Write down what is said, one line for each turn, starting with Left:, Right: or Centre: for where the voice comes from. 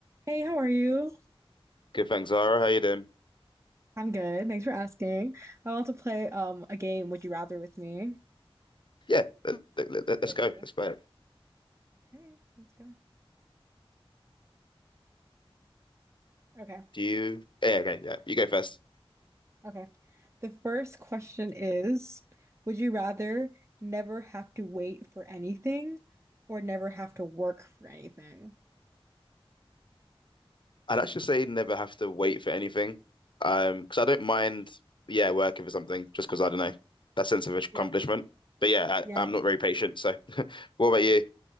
Right: Hey, how are you?
Left: Good, thanks, Zara. How you doing?
Right: I'm good. Thanks for asking. I want to play um a game, Would You Rather with me?
Left: Yeah, let,
Right: With
Left: us go.
Right: you.
Left: Let's play it.
Right: Okay, let's go. Okay,
Left: Do you? Yeah, okay, yeah. You go first.
Right: okay. The first question is, would you rather never have to wait for anything or never have to work for anything?
Left: I'd actually say never have to wait for anything, um, because I don't mind. Yeah, working for something just because I don't know that sense of accomplishment.
Right: Yeah,
Left: But yeah,
Right: yeah.
Left: I, I'm not very patient. So, <laughs> what about you?